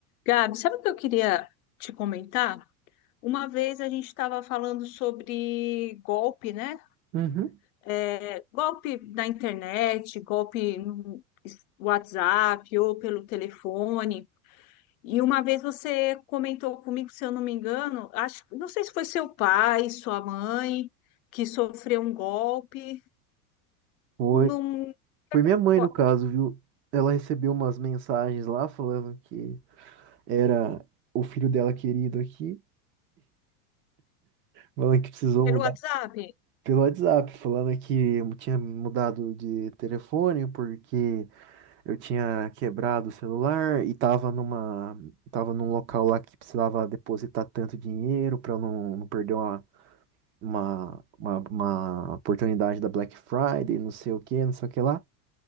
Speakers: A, on the left; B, on the right.
A: Gabi, sabe o que eu queria te comentar? Uma vez a gente estava falando sobre golpe, né?
B: Uhum.
A: É, golpe na internet, golpe no WhatsApp ou pelo telefone. E uma vez você comentou comigo, se eu não me engano, acho, não sei se foi seu pai, sua mãe, que sofreu um golpe
B: Foi.
A: num,
B: Foi minha mãe,
A: co-
B: no caso, viu? Ela recebeu umas mensagens lá falando que era o filho dela querido aqui, falando que precisou
A: pelo
B: mudar
A: WhatsApp.
B: pelo WhatsApp, falando que eu tinha mudado de telefone porque eu tinha quebrado o celular e tava numa, tava num local lá que precisava depositar tanto dinheiro para não, não perder uma, uma, uma, uma oportunidade da Black Friday, não sei o que, não sei o que lá.